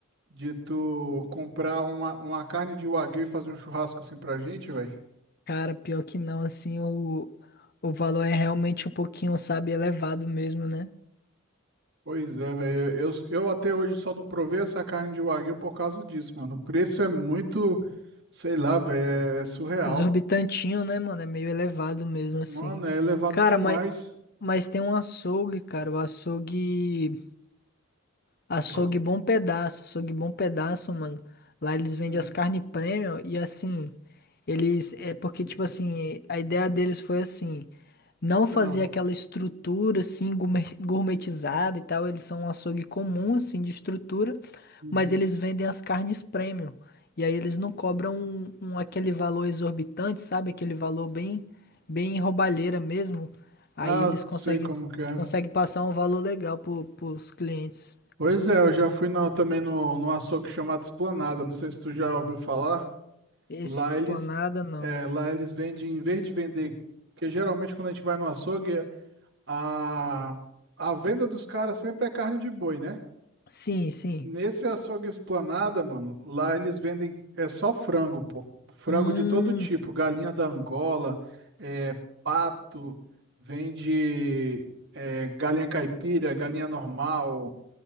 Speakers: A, on the right; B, on the left.
A: De tu comprar uma, uma carne de wagyu e fazer um churrasco assim pra gente, velho.
B: Cara, pior que não, assim, o, o valor é realmente um pouquinho, sabe, elevado mesmo, né?
A: Pois é, velho. Eu, eu até hoje só não provei essa carne de wagyu por causa disso, mano. O preço é muito, sei lá, velho, é é surreal.
B: Exorbitantinho, né, mano? É meio elevado mesmo, assim.
A: Mano, é elevado
B: Cara,
A: demais.
B: mas, mas tem um açougue, cara. O açougue. Açougue
A: Co-
B: Bom Pedaço, açougue Bom Pedaço, mano. Lá eles
A: Hum,
B: vendem as carnes premium e assim, eles é porque tipo assim, a ideia deles foi assim, não fazer
A: ah,
B: aquela estrutura assim gourmet- gourmetizada e tal, eles são um açougue comum assim de estrutura,
A: uhum.
B: mas eles vendem as carnes premium. E aí eles não cobram um, um- aquele valor exorbitante, sabe? Aquele valor bem bem roubalheira mesmo. Aí
A: Ah,
B: eles conseguem
A: sei como que é.
B: conseguem passar um valor legal pro, pros clientes.
A: Pois é, eu já fui na- também no, no açougue chamado Esplanada. Não sei se tu já ouviu falar.
B: Esse
A: Lá
B: esplanada
A: eles,
B: não.
A: é, lá eles vendem, em vez de vender, porque geralmente quando a gente vai no açougue, A, a venda dos caras sempre é carne de boi, né?
B: Sim, sim.
A: Nesse açougue Esplanada, mano, lá eles vendem é só frango, pô. Frango
B: Hum,
A: de todo tipo, galinha da Angola, é, pato, vende é, galinha caipira, galinha normal,